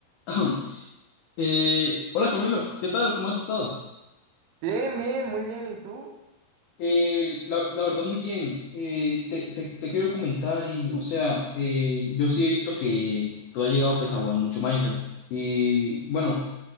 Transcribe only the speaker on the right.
Bien, bien, muy bien. ¿Y tú?